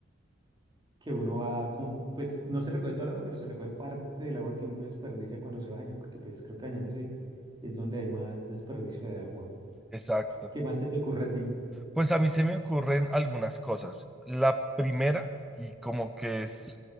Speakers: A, on the right; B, in the centre.
A: que uno va como, pues no se recoge todo el agua, pero se recoge parte del agua que uno desperdicia cuando se baña, porque pues creo que bañándose es donde hay más desperdicio de agua.
B: exacto.
A: ¿Qué más se te ocurre a ti?
B: Pues a mí se me ocurren algunas cosas. La primera, y como que es